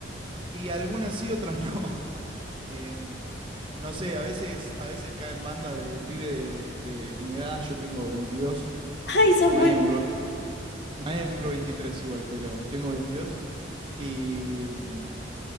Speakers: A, on the right; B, on the left.
A: Y algunas sí, otras no. <laughs> Eh, no sé, a veces, a veces caen bandas de pibe de, de mi edad, yo tengo veintidós
B: Ay, sos
A: mañana
B: muy...
A: cumplo, mañana cumplo 23 igual, pero tengo 22 y, mm,